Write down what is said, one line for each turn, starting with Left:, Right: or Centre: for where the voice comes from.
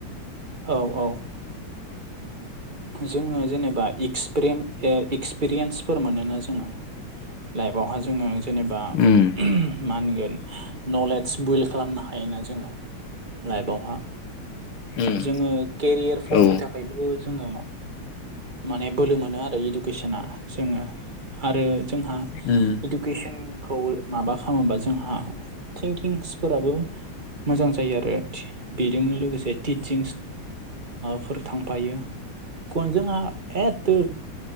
Right: औ औ जोङो जेनेबा एक्सप्रेम एक्सपिरियेन्सफोर मोनोना जोङो लाइफआवहा जोङो जेनेबा मा
Left: उम
Right: होनगोन नलेज बिल्ड खालामनो हायोना जोङो लाइफआवहा
Left: उम
Right: जोङो केरियारफोरनि
Left: औ
Right: थाखायबो जोङो माने बोलो मोनो आरो इडुकेसना जोङो आरो जोंहा
Left: उम
Right: इुकेसनखौ माबा खालामोबा जोंहा थिंकिंसफोराबो मोजां जायो आरो बेजोंनो लोगोसे थिंस फोर थांफायो खुन जोंहा एथोद